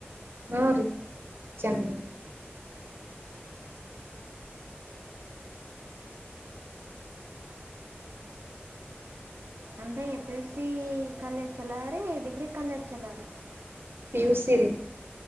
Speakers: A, on the right; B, on the right.
A: ಹು ರೀ ಚನ್.
B: ಅಂದೇ ಪಿ ಯುಸಿ ಕಾಲೇಜ್ ಚಲೋರಿ ಡಿಗ್ರಿ ಕಾಲೇಜ್ ಚಲೋರಿ.
A: ಪಿ ಯು ಸಿ ರಿ.